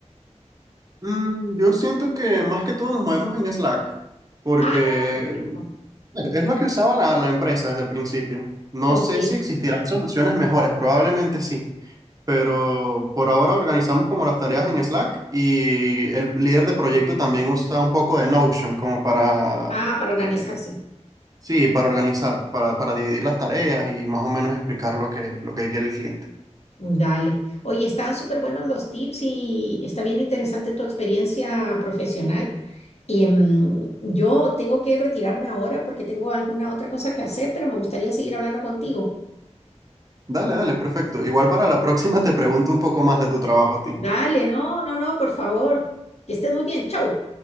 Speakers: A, on the right; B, on the left.
A: Mm, yo siento que más que todo nos movemos en Slack, porque
B: Ah, perfecto.
A: es lo que usaba la, la empresa desde el principio. No
B: Ok.
A: sé si existirán soluciones mejores, probablemente sí, pero por ahora organizamos como las tareas en Slack y el líder de proyecto también usa un poco de Notion como para
B: Ah, para organizarse.
A: eh, Sí, para organizar, para, para dividir las tareas y más o menos explicar lo que, lo que quiere el cliente.
B: Dale. Oye, están súper buenos los tips y está bien interesante tu experiencia profesional. Em, yo tengo que retirarme ahora porque tengo alguna otra cosa que hacer, pero me gustaría seguir hablando contigo.
A: Dale, dale, perfecto. Igual para la próxima te pregunto un poco más de tu trabajo a ti.
B: Dale, no, no, no, por favor. Que estés muy bien. Chau.